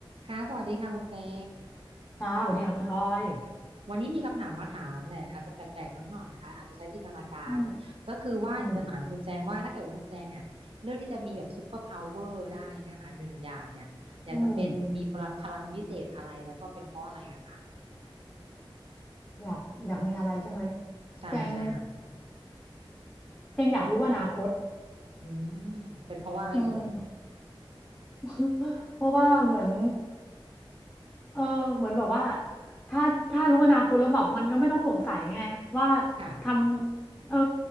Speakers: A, on the right; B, on the left.
A: ค่ะสวัสดีค่ะคุณเจง
B: ค่ะสวัสดีค่ะคุณออย
A: วันนี้มีคำถามมาถามแหละอาจจะแปลกๆนิดหน่อยนะคะอาจจะใช้จินตนาการก็คือว่าอยากจะถามคุณแจงว่าถ้าเกิดว่าคุณแจงเนี่ยเลือกที่จะมีแบบซูเปอร์พาวเวอร์ได้เนี่ยค่ะหนึ่งอย่างเนี่ยอยากจะเป็นมีพลังพลังวิเศษอะไรแล้วก็เป็นเพราะอะไรอะคะ
B: อืมอืมอืมอยากอยากมีอะไรใช่ไหม
A: ใช่ใช่ค่ะ
B: แจงแจงอยากรู้อนาคต
A: อืมเป็นเพราะว่าอะไรเอ่ย
B: อืม <laughs> เพราะว่าเหมือนเออเหมือนแบบว่าถ้าถ้ารู้อนาคตแล้วแบบมันก็ไม่ต้องสงสัยไงว่า
A: ค่ะ
B: ทำเออ